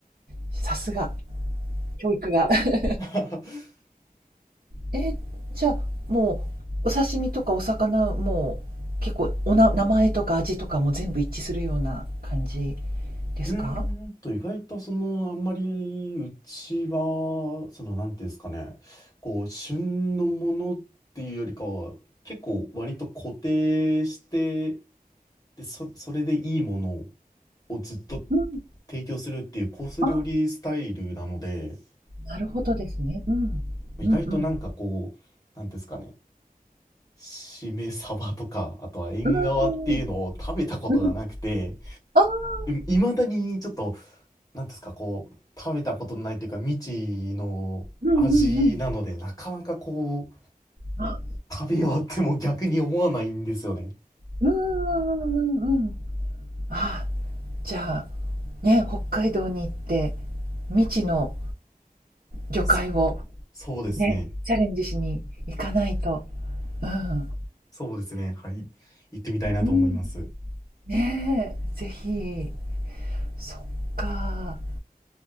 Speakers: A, on the right; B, on the left.
A: さすが、教育が。<laughs>
B: <laughs>
A: え、じゃあ、もう、お刺身とかお魚も結構おな、名前とか味とかも全部一致するような感じですか
B: うーんと、意外とその、あんまり、うちは、その、なんていうんですかね、こう、旬のものっていうよりかは、結構割と固定して、で、そ、それでいいものををずっと
A: うん。
B: 提供するっていうコース料理スタイルなので、
A: あ、なるほどですね。うん。
B: 意外となんかこう、
A: うんうん。
B: なんていうんですかね、しめ鯖とか、あとは縁側っていうのを食べたことがなくて、
A: うーん。うん。ああ。
B: いまだにちょっと、なんていうんですか、こう、食べたことのないというか、未知の味なので、
A: うんうんうん。
B: なかなかこ
A: あ、
B: う、食べようっても逆に思わないんですよね。
A: うんうんうんうんうん。あ、じゃあ、ね、北海道に行って、未知の魚介を
B: そう、そうですね。
A: ね、チャレンジしに行かないと。うん。
B: そうですね。はい。行ってみたいなと思います。
A: うん。ねえ、ぜひ。そっか。